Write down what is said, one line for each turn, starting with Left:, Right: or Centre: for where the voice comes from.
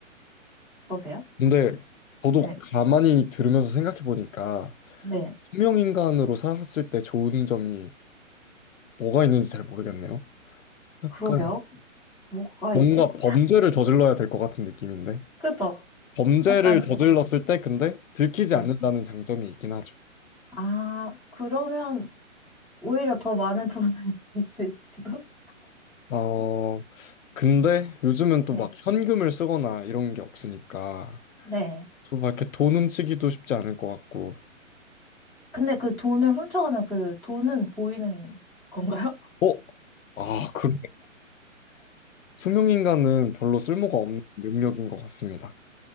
Centre: 어떠세요?
Left: 근데 저도
Centre: 네.
Left: 가만히 들으면서 생각해 보니까
Centre: 네.
Left: 투명인간으로 살았을 때 좋은 점이 뭐가 있는지 잘 모르겠네요. 약간
Centre: 그러게요. 뭐가
Left: 뭔가
Centre: 있지?
Left: 범죄를 저질러야 될 것 같은 느낌인데.
Centre: 그죠?
Left: 범죄를
Centre: 약간
Left: 저질렀을 때 근데 들키지
Centre: 네.
Left: 않는다는 장점이 있긴 하죠.
Centre: 아, 그러면 오히려 더 많은 돈을 <laughs> 벌 수 있을지도?
Left: 어, 근데 요즘은
Centre: 네.
Left: 또 막 현금을 쓰거나 이런 게 없으니까
Centre: 네.
Left: 또 막 이렇게 돈 훔치기도 쉽지 않을 것 같고.
Centre: 근데 그 돈을 훔쳐가면 그 돈은 보이는 건가요?
Left: 어? 아, 그러네. 투명인간은 별로 쓸모가 없는 능력인 것 같습니다.